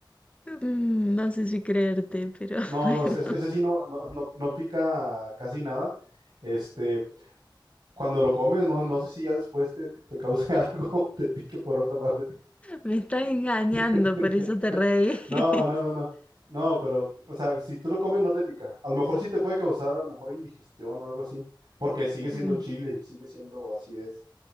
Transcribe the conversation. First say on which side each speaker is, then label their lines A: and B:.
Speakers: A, on the left; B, on the right.
A: Mm, no sé si creerte, pero <laughs>
B: No,
A: bueno,
B: no, es- es- ese, sí no, no, no, no pica casi nada. Este, cuando lo comes, no, no sé si ya después te, te cause <laughs> algo, te pique por otra parte.
A: me estás engañando,
B: <laughs>
A: por eso te reí.
B: No, no,
A: <laughs>
B: no, no. No, pero, o sea, si tú lo comes no te pica. A lo mejor sí te puede causar a lo mejor indigestión o algo así, porque sigue siendo
A: Mm,
B: chile y sigue siendo acidez.